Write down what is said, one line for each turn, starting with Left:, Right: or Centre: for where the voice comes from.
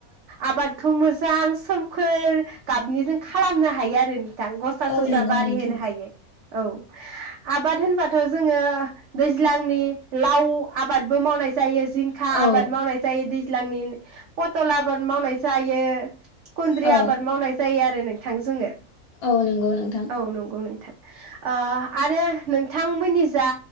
Right: आबादखौ मोजां सोमखोर गाबनि जों खालामनो हायो आरो। बां गसा
Left: औ
Right: ससा
Left: नंगौ
Right: बारि
Left: नोंथां
Right: होनो हायो औ, आबाद होनबा थ जोङो दैज ज्लांनि लाव आबादबो मावनाय जायो। जिंखा
Left: औ
Right: आबाद मावनाय जायो दै ज्लांनि फथल आबाद मावनाय जायो। खुन्द्रि
Left: औ
Right: आबाद मावनाय जायो। नोंथां जोङो
Left: औ नंगौ नोंथां
Right: औ नंगौ नोंथां ओ आरो नोंथांमोननि जा